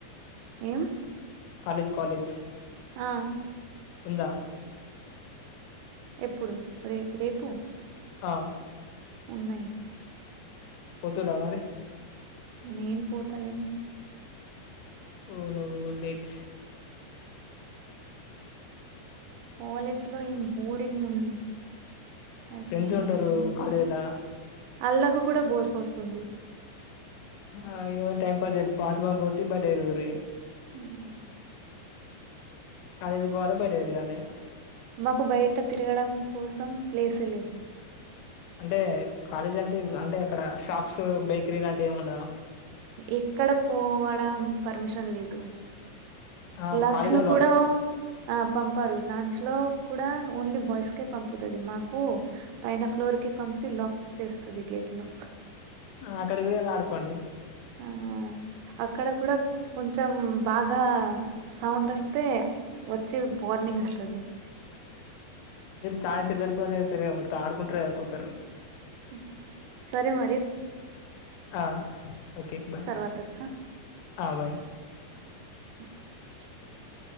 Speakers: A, on the right; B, on the left.
A: ఏం
B: కాలేజ్ కాలేజ్
A: ఆ
B: ఉందా
A: ఎప్పుడు రే రేపు
B: ఆ
A: ఉన్నయ్
B: పోతురా మరి
A: నేను పోతాలేన్
B: నువ్వు నువ్వు లేట్
A: కాలేజ్ లో ఏం బోడింగ్ ఉన్ అయితుంది
B: ఫ్రెండ్స్ ఉంటారు
A: అందుకని
B: కాలేజ్లా
A: అల్లకు కూడా బోర్ కొడుతుంది.
B: ఆ ఏవన్ టైమ్ పాస్ జేరి పాస్ బంగ్ కొట్టి బట్టే తిరుగుర్రీ
A: మ్మ్
B: కాలేజ్కి పోయాలి బయట తిరగాలి
A: మాకు బయట తిరగడం కోసం ప్లేసు లేవ్వు
B: అంటే కాలేజీ అంటే అంటే అక్కడ షాప్స్ బేకరీ లాంటివి ఏమి ఉండవా,
A: ఎక్కడ పోవడం పర్మిషన్ లేదు.
B: ఆ
A: లంచ్
B: కాలేజ్
A: ను
B: వాళ్ళు
A: కూడా
B: పంప్
A: అప్ పంపరు లాంచ్ లో కూడా ఓన్లీ బాయ్స్ కే పంపుతాది మాకు పైన ఫ్లోర్ కి పంపి లాక్ చేస్తుంది గేట్ లో
B: నువ్ అక్కడికి పోయళ్లా ఆడుకోండి
A: ఆ అక్కడ కూడా కొంచెం బాగ్ ఇగా సౌండ్ వస్తే వచ్చి బోర్నింగ్ ఇస్తాది
B: చానా చిల్లర పని చేస్తారు కదా మొత్తం ఆడుకుంటరు ఒక్కొక్కర్ని
A: మ్ సరే మరి
B: ఆ ఓకే బాయ్
A: తర్వాత వచ్చా
B: ఆ బాయ్
A: <inaudible>